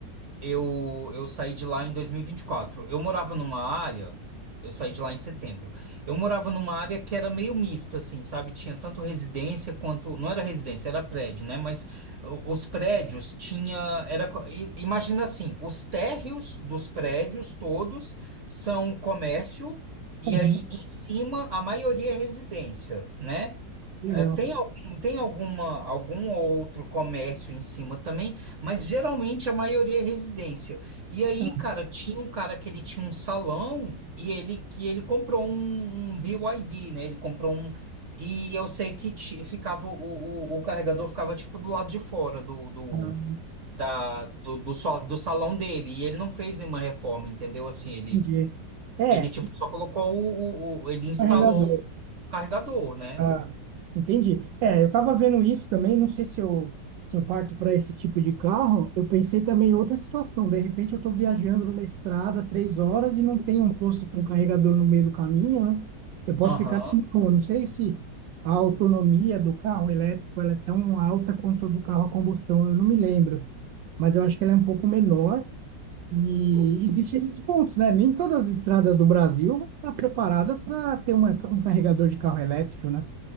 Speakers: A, on the right; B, on the right.
A: eu, eu saí de lá em dois mil e e vinte e quatro Eu morava numa área, eu saí de lá em setembro. Eu morava numa área que era meio mista, assim, sabe? Tinha tanto residência quanto. Não era residência, era prédio, né? Mas o- os prédios tinha. Era, co- i- imagina assim: os térreos dos prédios todos são comércio, e
B: <laughs>
A: aí em cima a maioria é residência, né?
B: Legal.
A: É, Tem algum, tem alguma, algum outro comércio em cima também, mas geralmente a maioria é residência. E aí,
B: Ah,
A: cara, tinha um cara que ele tinha um salão e ele que ele comprou um, um BYD, né? Ele comprou um. E eu sei que ti- ficava o, o, o carregador ficava tipo do lado de fora do, do,
B: ah,
A: da, do, do, sal- do salão dele. E ele não fez nenhuma reforma, entendeu? Assim, ele,
B: entendi. É,
A: ele tipo
B: e
A: só colocou o, o, o- ele instalou
B: carregador.
A: o carregador, né?
B: Ah, entendi. É, eu tava vendo isso também, não sei se eu, se eu parto para esse tipo de carro, eu pensei também em outra situação. De repente eu estou viajando numa estrada três horas e não tem um posto com carregador no meio do caminho, né? Eu posso
A: Aham.
B: ficar com eu não sei se a autonomia do carro elétrico ela é tão alta quanto a do carro a combustão, eu não me lembro, mas eu acho que ela é um pouco menor. E existem esses pontos, né? Nem todas as estradas do Brasil estão preparadas para ter uma- um carregador de carro elétrico, né?